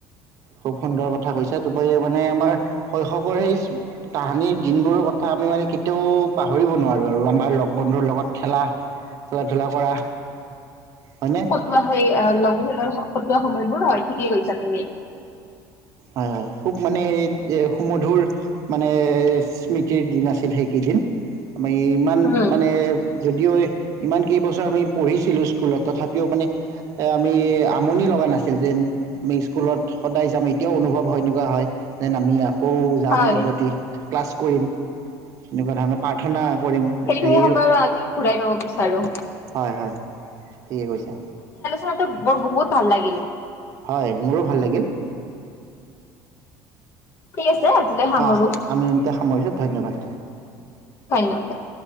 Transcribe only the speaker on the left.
কটোৱা হৈয়ে লগ বন্ধুৰ লগত পোৱা সময়বোৰ অ, ঠিকে কৈছা তুমি।
উম
হয়।
সেইখিনি,
সময় আৰু আজিও ঘূৰাই ল'ব বিচাৰো।
মইতো বহুত ভাল লাগিল।
ঠিক আছে <unintelligible> সামৰো
ধন্যবাদ।